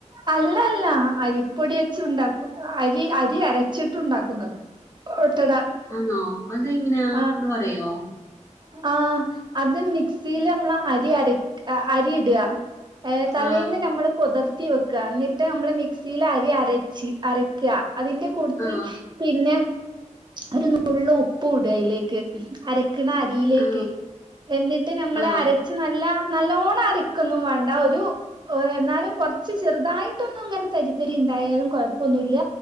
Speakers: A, on the right; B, on the left.
A: അല്ലടാ അല്ലാ അരിപ്പൊടി വെച്ചു ഉണ്ടാക്കു അരി അരി അരച്ചിട്ട് ഉണ്ടാക്കുന്നത് ഓട്ടട
B: ആന്നോ അതെങ്ങനെയാ
A: ആഹ്
B: ഒന്ന് പറയോ
A: ആഹ് അത് മിക്സീല് നമ്മള് അരി അരക് അരി ഇടാ ഏഹ് തലേന്ന്
B: ആ
A: നമ്മള് കുതിർ ത്തി വെക്കാ ഇന്നിട്ട് നമ്മള് മിക്സീല് അരി അരച്ച് അരക്കാ അതിന്റെ കൂട്ടത്തിൽ
B: ആ
A: പിന്നെ ഒരു നുള്ളു ഉപ്പു ഇടാ അയിലേക്ക് അര ക്ക്ണ അരിയിലേക്ക്
B: ആ
A: എന്നിട്ട് നമ്മള്
B: ആ
A: അര ച്ച് നല്ല നല്ലോണം അരക്കൊന്നും വേണ്ടാ ഒരു ഓ എന്നാലും കൊറ്ച്ച് ചെറുതായിട്ടൊന്നും ഇങ്ങനെ തരിതരി ണ്ടായാലും കൊഴപ്പൊന്നുല്ല